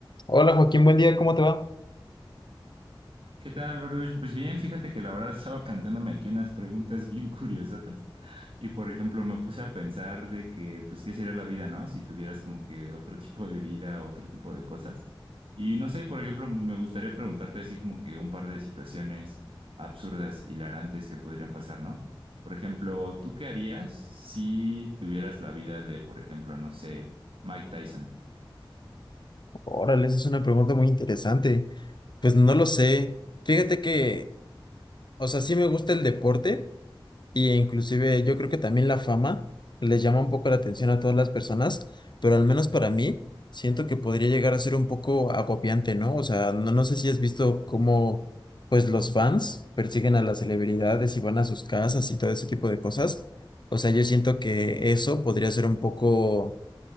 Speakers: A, on the left (about 55°); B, on the right (about 80°).
A: Hola Joaquín, buen día, ¿cómo te va?
B: ¿Qué tal, Baruch? Pues bien, fíjate que la verdad estaba planteándome aquí unas preguntas bien curiosotas y por ejemplo me puse a pensar de que pues qué sería la vida, ¿no? Si tuvieras como que otro tipo de vida, otro tipo de cosas. Y no sé, por ejemplo, pues, me gustaría preguntarte así como que un par de situaciones absurdas, hilarantes que podrían pasar, ¿no? Por ejemplo, ¿tú qué harías si tuvieras la vida de, por ejemplo, no sé, Mike Tyson?
A: Órale, esa es una pregunta muy interesante. Pues no lo sé. Fíjate que, o sea, sí me gusta el deporte y e inclusive yo creo que también la fama les llama un poco la atención a todas las personas, pero al menos para mí siento que podría llegar a ser un poco agobiante, ¿no? O sea, no, no sé si has visto cómo pues los fans persiguen a las celebridades y van a sus casas y todo ese tipo de cosas. O sea, yo siento que eso podría ser un poco